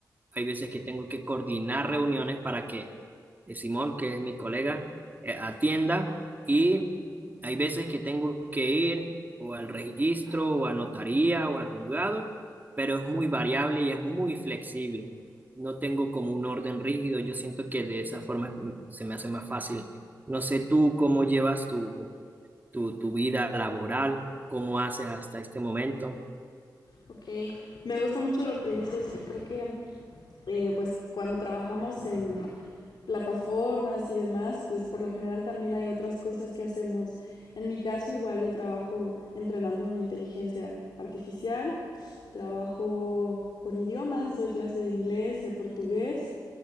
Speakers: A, on the right; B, on the left.
A: hay veces que tengo que coordinar reuniones para que eh, Simón, que es mi colega, eh, atienda y hay veces que tengo que ir o al registro o a notaría o al juzgado, pero es muy variable y es muy flexible. No tengo como un orden rígido, yo siento que de esa forma mm, se me hace más fácil. No sé tú cómo llevas tu, tu, tu vida laboral, cómo haces hasta este momento.
B: Ok, me gusta mucho lo que dices y creo que eh, pues cuando trabajamos en plataformas y demás, pues por lo general también hay otras cosas que hacemos. En mi caso igual yo trabajo entrenando en inteligencia artificial, trabajo con idiomas, doy clase de inglés, de portugués